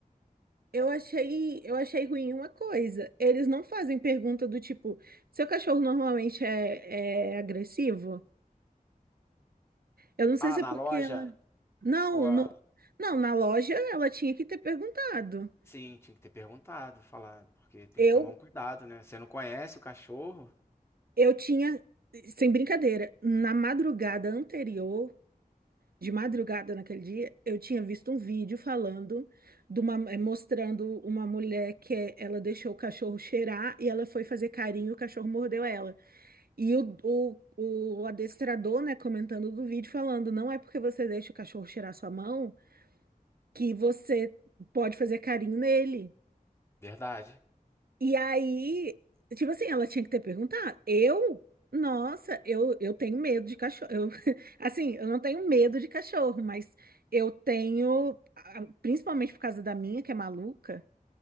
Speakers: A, on the right; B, on the left.
A: eu achei, eu achei ruim uma coisa. Eles não fazem pergunta do tipo, seu cachorro normalmente é, é agressivo? Eu não sei
B: Ah,
A: se
B: na
A: é porque
B: loja?
A: ela. Não,
B: Ou a-
A: no- não, na loja ela tinha que ter perguntado.
B: Sim, tinha que ter perguntado, falar, porque tem
A: Eu,
B: que tomar um cuidado, né? Você não conhece o cachorro?
A: eu tinha, sem brincadeira, na madrugada anterior. de madrugada naquele dia, eu tinha visto um vídeo falando de uma, eh, mostrando uma mulher que eh, ela deixou o cachorro cheirar e ela foi fazer carinho, o cachorro mordeu ela. E o, o, o adestrador, né, comentando do vídeo, falando, não é porque você deixa o cachorro cheirar sua mão que você pode fazer carinho nele.
B: Verdade.
A: E aí, tipo assim, ela tinha que ter perguntado. Eu, nossa, eu, eu tenho medo de cachorro. Eu, <laughs> assim, eu não tenho medo de cachorro, mas eu tenho, a- principalmente por causa da minha, que é maluca,